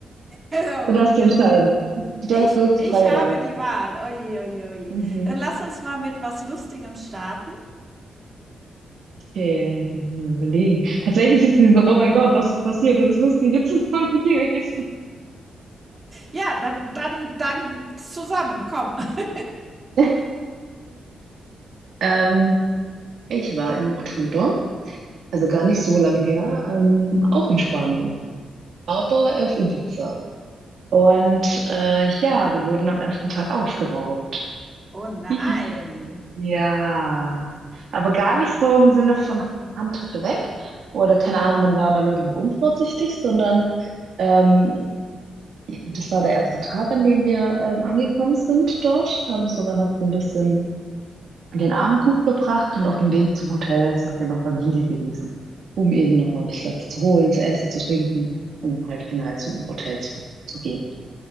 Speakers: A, on the right; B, on the right.
A: Oh,
B: Du darfst dich entscheiden. Du
A: ich,
B: darfst, du hast
A: ich
B: die freie
A: habe
B: Wahl.
A: die Wahl. Oh je, oh
B: Mhm.
A: oh Dann lass uns mal mit was Lustigem starten.
B: Okay, jetzt muss ich mal überlegen. Tatsächlich ist dieses, oh mein Gott, was ist passiert? Und es ist nie zusammen gewesen.
A: Ja, dann, dann, dann zusammen, komm. <laughs>
B: <laughs> Ähm, ich war im Oktober, also gar nicht so lang her, ähm, auch in Spanien. aber auf Ibiza. Und äh, ja, wir wurden am ersten Tag ausgeraubt.
A: Oh nein.
B: Hihi. Ja, aber gar nicht so im Sinne von Handtasche weg oder keine Ahnung, man war mal irgendwie unvorsichtig, sondern ähm, das war der erste Tag, an dem wir ähm, angekommen sind dort, haben sogar noch so ein bisschen den Abend gut verbracht und auf dem Weg zum Hotel sind wir noch beim Lidl gewesen, um eben noch mal ein bisschen was zu holen, zu essen, zu trinken und halt final zum Hotel zurückzugehen.